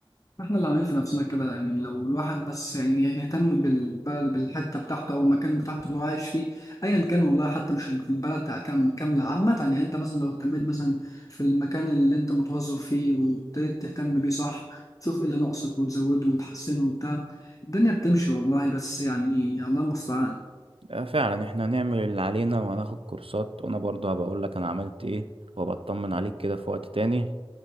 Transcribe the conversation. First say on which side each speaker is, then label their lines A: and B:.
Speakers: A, on the left (about 35°); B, on the right (about 80°).
A: احنا اللي عاملين في نفسنا كده يعني لو الواحد بس يعني يهتم بالبلد بالحته بتاعته او المكان بتاعته اللي هو عايش فيه ايا كان والله حتى مش في البلد كام- كامله عامه يعني انت مثلا لو اهتميت مثلا في المكان اللي انت متوظف فيه وابتديت تهتم بيه صح تشوف ايه اللي ناقصك وتزوده وتحسنه وبتاع الدنيا بتمشي والله بس يعني الله المستعان
B: آه، فعلا احنا هنعمل اللي علينا وهناخد كورسات وانا برضه هبقى اقول لك انا عملت ايه وابقى اطمن عليك كده في وقت تاني